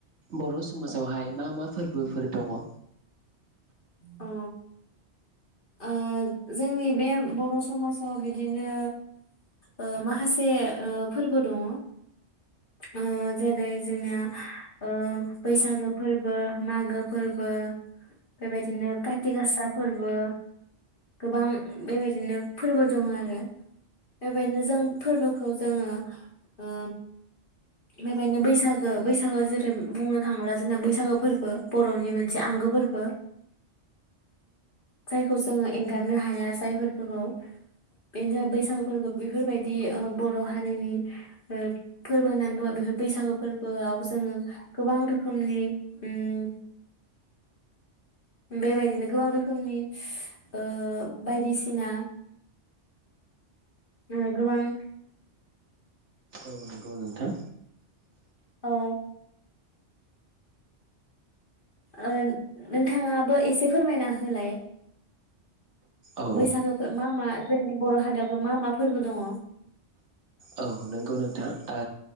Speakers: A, on the right; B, on the left.
A: बर' समाजावहाय मा मा फोरबोफोर दङ?
B: अउ ओ जोंनि बे बर' समाजाव बिदिनो ओ माखासे ओ फोरबो दङ ओ जेरै जोंनिया ओ बैसागो फोरबो, मागो फोरबो, बेबायदिनो काति गासा फोरबो गोबां बेबायदिनो फोरबो दङ आरो बेबायदिनो जों फोरबोखौ जोङो ओ बेबायदिनो बैसागो बैसागो जेरै बुंनो थाङोब्ला जोंना बैसागो फोरबो बर'नि मोनसे आंगो फोरबो जायखौ जोङो एंगारनो हाया जायफोरखौ बेनो बैसागुफोरखौ बेफोरबायदि ओ बर' हारिनि ओ फोरबो होननानै बुङो बेफोर बैसागु फोरबोआव जोङो गोबां रोखोमनि उम बेबायदिनो गोबां रोखोमनि ओ बायदिसिना ओ गोबां
A: औ नंगौ नोंथां।
B: औ। ओ नोंथाङाबो एसे फोरमायना होलाय
A: औ
B: बैसागोखौ मा मा जोंनि बर' हारियावबो मा मा फोरबो दङ।
A: औ नंगौ नोंथां ओ